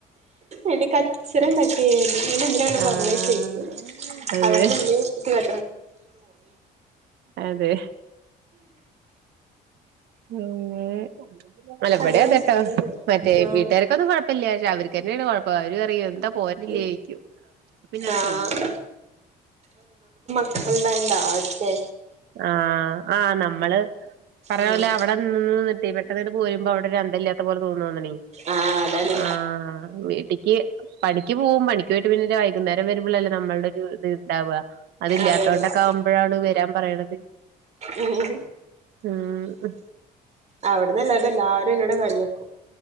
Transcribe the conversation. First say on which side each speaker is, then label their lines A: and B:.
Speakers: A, on the right; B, on the right.
A: അ് കച്ചരംണ്ടാക്കിയരുന്നു എ അവിടെ
B: ആഹ്
A: പറഞ്ഞ ചോയ്ക്കും
B: അതെ
A: അവിടെ ഉമ്മേം എല്ലാ
B: അതെ ഉം അല ഇവിടെയതട്ടോ
A: അധികം നിക്കാനില്ല
B: മറ്റേ
A: ആഹ്
B: വീട്ടുകാർക്കൊന്നും കുഴപ്പില്ല ച അവർക്ക് ങ്ങനെയാണ് കുഴപ്പം അവും അറിയും എന്താ പോരില്ലെന്ന്
A: ഉം
B: ചോയിക്കും പിന്നടെ
A: ആഹ്
B: പോവും
A: ണ്ടണ്ടാ അറ്റേ
B: ആഹ് ആഹ് നമ്മള് പറയാലെ
A: ആഹ്
B: അവിടെ നിന്ന് നിട്ടി പെട്ട പോരുമ്പോ അവിടെ രന്തല്ലാത്ത പോലെ തോന്നുന്ണേ
A: ആഹ് അതാണ്
B: ആ വീട്ടിക്ക് പണിക്ക് പോവും പണിക്ക് പോയിട്ട് പിന്നെ വൈകുന്നേരം വരുമ്പോഴല്ലേ നമ്മളുടെ ഒരു ഇത് ഇണ്ടാവുക അതില്ലാത്ത
A: അതെ അതെ
B: കൊണ്ടൊക്കെ ആവുമ്പോഴാണ് വരാൻ പറയണത്
A: ഉം
B: ആഹ
A: അവിടന്ന്ല്ലാടെ എല്ലാരും എന്നോട് കണിയെക്കും